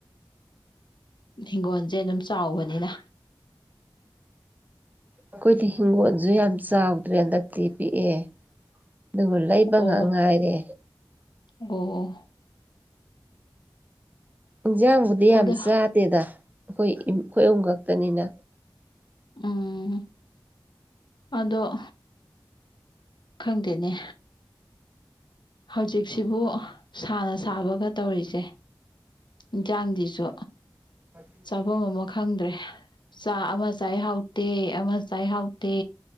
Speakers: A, on the left; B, on the right.
A: ꯍꯤꯡꯒꯣꯜꯁꯦ ꯑꯗꯨꯝ ꯆꯥꯎꯕꯅꯤꯅ
B: ꯑꯩꯈꯣꯏꯗꯤ ꯍꯤꯡꯒꯣꯜꯁꯨ ꯌꯥꯝ ꯆꯥꯎꯗ꯭ꯔꯦ ꯍꯟꯗꯛꯇꯤ ꯄꯤꯛꯑꯦ ꯑꯗꯨꯒ ꯂꯩ ꯕ
A: ꯑꯣ
B: ꯉꯥꯡ ꯉꯥꯏꯔꯦ
A: ꯑꯣ
B: ꯏꯟꯖꯥꯡꯕꯨꯗꯤ ꯌꯥꯝ
A: ꯑꯗꯣ
B: ꯆꯥꯗꯦꯗ ꯑꯩꯈꯣꯏ ꯑꯩꯈꯣꯏ ꯑꯍꯨꯝ ꯈꯛꯇꯅꯤꯅ
A: ꯎꯝ ꯑꯗꯣ ꯈꯪꯗꯦꯅꯦ ꯍꯧꯖꯤꯛꯁꯤꯕꯨ ꯁꯥꯅ ꯁꯥꯕꯒ ꯇꯧꯔꯤꯁꯦ ꯏꯟꯁꯥꯡꯁꯤꯁꯨ
B: ꯐ <unintelligible>
A: ꯃꯐꯝ ꯑꯃ ꯈꯪꯗ꯭ꯔꯦ ꯆꯥꯛ ꯑꯃ ꯆꯥꯏ ꯍꯥꯎꯇꯦ ꯑꯃ ꯆꯥꯏ ꯍꯥꯎꯇꯦ